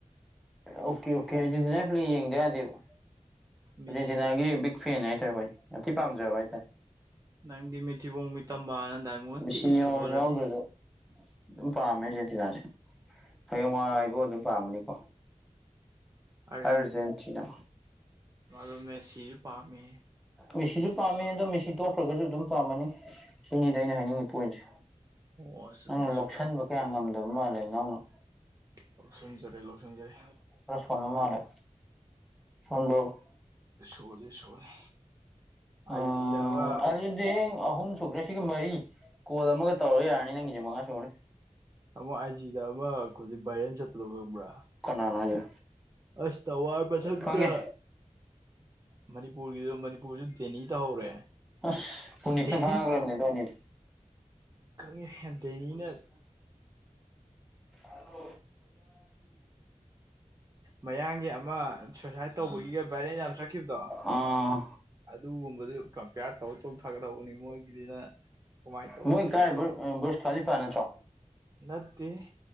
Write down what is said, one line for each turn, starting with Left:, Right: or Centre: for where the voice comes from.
Centre: ꯑꯣꯀꯦ ꯑꯣꯀꯦ ꯑꯖꯦꯟꯇꯤꯅ ꯈ꯭ꯔ ꯌꯦꯡꯗ ꯌꯥꯗꯦꯕ
Right: ꯃꯤꯠꯊꯤ
Centre: ꯑꯥꯔꯖꯦꯟꯇꯤꯅꯥꯒꯤ ꯕꯤꯛ ꯐꯦꯟ ꯍꯥꯏꯇꯥꯔꯦ ꯍꯣꯏ ꯌꯥꯝ ꯊꯤ ꯄꯥꯝꯖꯕ ꯍꯥꯏꯇꯥꯔꯦ
Right: ꯅꯪꯗꯤ ꯃꯤꯠꯊꯤꯕꯣꯡ ꯃꯤꯠꯇꯝꯕꯅ ꯗꯥꯏꯃꯣꯟ
Centre: ꯃꯦꯁꯤ
Right: ꯊꯤꯅ
Centre: ꯌꯥꯎꯔꯁꯨ
Right: ꯁꯣꯜꯂꯝꯃꯤ
Centre: ꯌꯥꯎꯗ꯭ꯔꯁꯨ ꯑꯗꯨꯝ ꯄꯥꯝꯃꯦ ꯑꯔꯖꯦꯟꯇꯤꯅꯥꯁꯦ ꯍꯌꯦꯡꯋꯥꯏꯐꯧ ꯑꯗꯨꯝ ꯄꯥꯝꯃꯅꯤꯀꯣ
Right: ꯑꯥꯔꯖꯦꯟ
Centre: ꯑꯔꯖꯦꯟꯇꯤꯅꯥ
Right: ꯑꯗꯣ ꯃꯦꯁꯤꯁꯨ ꯄꯥꯝꯃꯦ
Centre: ꯃꯦꯁꯤꯁꯨ ꯄꯥꯝꯃꯦ ꯑꯗꯣ ꯃꯦꯁꯤ ꯇꯣꯛꯈ꯭ꯔꯒꯁꯨ ꯑꯗꯨꯝ ꯄꯥꯝꯃꯅꯤ ꯁꯤꯅꯤꯗ ꯑꯩꯅ ꯍꯥꯏꯅꯤꯡꯉꯤ ꯄꯣꯏꯟꯁꯦ
Right: ꯑꯣꯁꯃꯦ
Centre: ꯅꯪꯅ ꯂꯧꯁꯟꯕ ꯀꯌꯥ ꯉꯝꯗꯕ ꯃꯥꯜꯂꯦ ꯏꯅꯥꯎꯅ
Right: ꯂꯧꯁꯤꯟꯖꯔꯦ ꯂꯧꯁꯤꯟꯖꯔꯦ
Centre: ꯀꯅ ꯃꯥꯂꯦ ꯐꯗꯣ
Right: ꯁꯣꯜꯗꯤ ꯁꯣꯅꯤ
Centre: ꯎꯝ
Right: ꯑꯥꯏꯖꯤꯗ ꯑꯃ
Centre: ꯑꯗꯨꯗꯤ ꯑꯍꯨꯝ ꯁꯨꯈ꯭ꯔꯦ ꯁꯤꯒ ꯃꯔꯤ ꯀꯣꯜ ꯑꯃꯒ ꯇꯧꯔ ꯌꯥꯔꯅꯤ ꯅꯪꯒꯤꯁꯦ ꯃꯉꯥ ꯁꯨꯔꯅꯤ
Right: ꯇꯥꯃꯣ ꯑꯩꯥꯏꯁꯤꯗ ꯑꯃ ꯍꯧꯖꯤꯛ ꯚꯥꯏꯔꯦꯟ ꯆꯠꯄꯗꯣ ꯈꯪꯕ꯭ꯔꯥ
Centre: ꯀꯅꯥꯅꯣ ꯍꯥꯏꯁꯦ
Right: ꯑꯁ ꯇ ꯋꯥꯔ ꯄꯊꯛꯇ
Centre: ꯈꯪꯉꯦ
Right: ꯃꯅꯤꯄꯨꯔꯒꯤꯁꯨ ꯃꯅꯤꯄꯨꯔꯁꯨ ꯗꯦꯅꯤ ꯇꯧ ꯍꯧꯔꯦ
Centre: ꯑꯁ
Right: <inaudible>
Centre: ꯄꯨꯅꯤꯁꯅ ꯐꯥꯈ꯭ꯔꯕꯅꯦ ꯑꯗꯨ ꯑꯅꯤꯗꯣ
Right: ꯈꯪꯉꯦ ꯗꯦꯅꯤꯅ
Centre: ꯑꯗꯣ
Right: ꯃꯌꯥꯡꯒꯤ ꯑꯃ ꯑꯦꯛꯁꯔꯁꯥꯏꯁ ꯇꯧꯕꯒꯤꯒ ꯚꯥꯏꯔꯦꯟ ꯌꯥꯝ ꯆꯠꯈꯤꯕꯗꯣ
Centre: <unintelligible> ꯑꯥ
Right: ꯑꯗꯨꯒꯨꯝꯕꯗꯨ ꯀꯝꯄꯤꯌꯥꯔ ꯇꯧ ꯇꯧ ꯊꯒꯗꯧꯕꯅꯤ ꯃꯣꯏꯒꯤꯗꯤꯅ ꯀꯃꯥꯏꯅ ꯇꯧꯕ
Centre: ꯃꯣꯏ ꯀꯥꯏ ꯕꯣꯁ ꯀꯥꯂꯤ ꯐꯥ ꯅꯠꯇ꯭ꯔꯣ
Right: ꯅꯠꯇꯦ